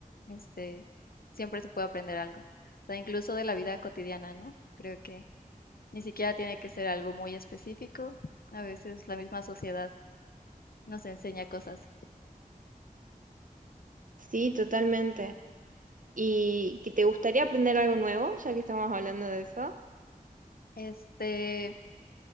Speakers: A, on the left; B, on the right.
A: este, siempre se puede aprender algo. O sea, incluso de la vida cotidiana, ¿no? Creo que ni siquiera tiene que ser algo muy específico. A veces la misma sociedad nos enseña cosas.
B: sí, totalmente. ¿Y que te gustaría aprender algo nuevo, ya que estamos hablando de eso?
A: Este,